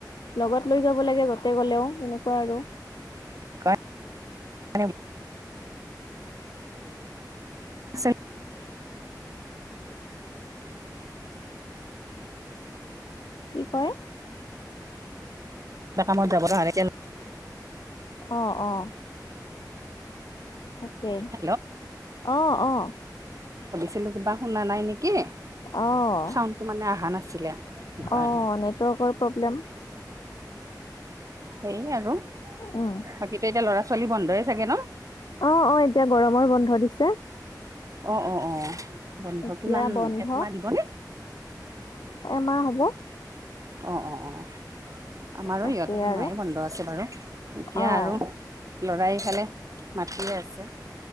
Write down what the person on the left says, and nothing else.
লগত লৈ যাব লাগে যতে গ'লেও, তেনেকুৱা আৰু।
কি কৰে?
অ, অ। তাকে,
অ-অ।
অ',
অ',
নেটৱৰ্কৰ প্ৰব্লেম।
উম।
অ-অ এতিয়া গৰমৰ বন্ধ দিছে।
এতিয়া
বন্ধ
মা হ'ব।
তাকেই
আৰু
অ'।